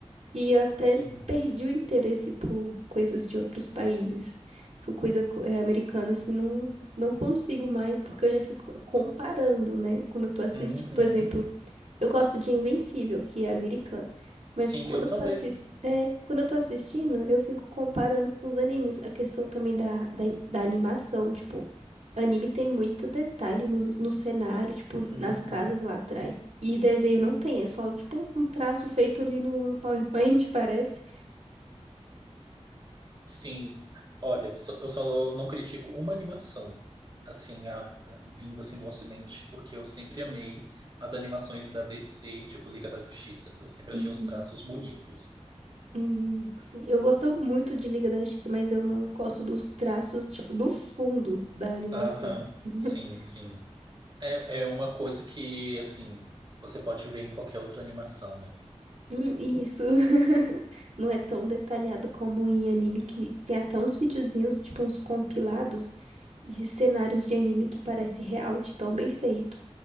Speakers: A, on the right (about 70°); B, on the right (about 40°).
A: E eu até
B: Sim.
A: perdi o interesse por coisas de outros países. Tipo, coisa co- eh, americana, assim, não, não consigo mais, porque eu já fico comparando, né? Quando eu tô assistindo,
B: Uhum.
A: por exemplo. Eu gosto de Invencível, que é americano. Mas
B: Sim,
A: quando
B: eu
A: eu
B: também.
A: tô assistindo, é, quando eu tô assistindo, eu fico comparando com os animes, a questão também da, da, da animação, tipo, anime tem muito detalhe no, no cenário, tipo,
B: Uhum.
A: nas casas lá atrás. E desenho não tem, é só, tipo, um traço feito ali no, no PowerPoint, <laughs> parece.
B: Sim, olha, só- eu só não critico uma animação, assim, a, a- vinda assim do Ocidente, porque eu sempre amei as animações da DC, tipo Liga da Justiça. Eu sempre achei
A: Uhum.
B: os traços bonitos.
A: Hum, sim, eu gosto muito de Liga da Justiça, mas eu não gosto dos traços, tipo, do fundo da animação.
B: Aham,
A: <laughs>
B: sim, sim. É, é uma coisa que, assim, você pode ver em qualquer outra animação, né?
A: Hum, isso. <laughs> Não é tão detalhado como em anime que tem até uns videozinhos, tipo uns compilados de cenários de anime que parece real, de tão bem feito.